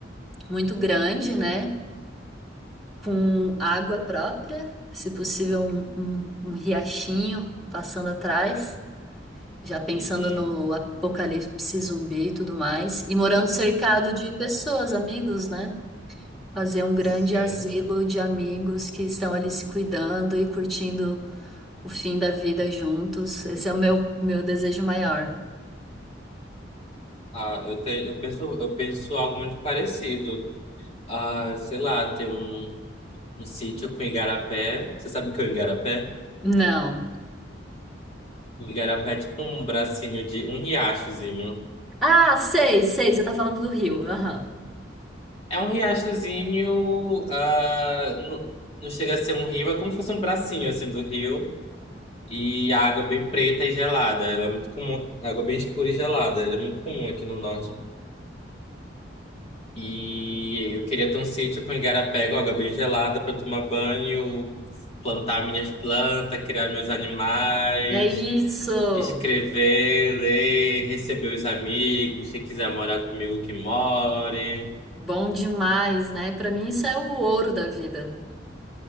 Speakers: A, in the centre; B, on the left.
A: muito grande, né, com água própria, se possível um, um- um riachinho passando atrás, já pensando
B: Uhum.
A: no apocalipse zumbi e tudo mais, e morando cercado de pessoas, amigos, né? fazer um grande
B: <laughs> Sim.
A: asilo de amigos que estão ali se cuidando e curtindo o fim da vida juntos. Esse é o meu, meu desejo maior.
B: Ah, eu tenho, eu penso, eu penso algo muito parecido. Ah, sei lá, ter um, um sítio com igarapé. Você sabe o que é o igarapé?
A: Não.
B: Igarapé é tipo um bracinho de um riachozinho.
A: Ah, sei, sei, você tá falando do Rio. Aham.
B: É um riachozinho, ah, não, não chega a ser um rio, é como se fosse um bracinho assim do rio. E a água é bem preta e gelada. Ela é muito comum, água bem escura e gelada. Ela é muito comum aqui no norte. E eu queria ter um sítio com igarapé, com água bem gelada para tomar banho, plantar minhas plantas, criar meus animais,
A: É isso.
B: escrever, ler, receber os amigos, quem quiser morar comigo que more.
A: Bom demais, né? Pra mim isso é o ouro da vida.